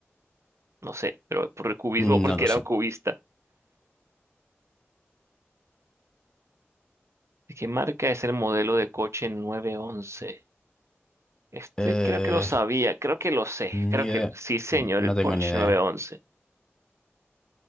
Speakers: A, on the right; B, on the left.
A: No sé, pero por el cubismo,
B: Mm,
A: <laughs> porque
B: No lo
A: era
B: sé.
A: un cubista. ¿De qué marca es el modelo de coche 911? Este
B: Eh,
A: creo que lo sabía, creo que lo sé, creo
B: ni idea.
A: que sí, señor,
B: No
A: el Porsche
B: tengo ni idea.
A: 911.